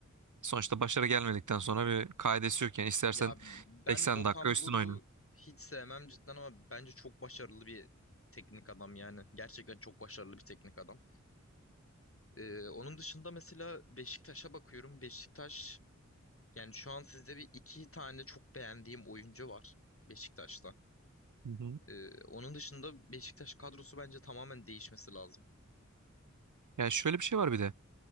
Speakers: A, on the right; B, on the left.
A: sonuçta başarı gelmedikten sonra bir kaidesi yok yani. İstersen
B: Ya ben
A: 80
B: Okan
A: dakika üstün
B: Buruk'u
A: oyna.
B: hiç sevmem cidden ama bence çok başarılı bir teknik adam yani. Gerçekten çok başarılı bir teknik adam. Ee, onun dışında mesela Beşiktaş'a bakıyorum. Beşiktaş yani şu an sizde bir iki tane çok beğendiğim oyuncu var Beşiktaş'ta.
A: Hı hı.
B: Ee, onun dışında Beşiktaş kadrosu bence tamamen değişmesi lazım.
A: Yani şöyle bir şey var bir de.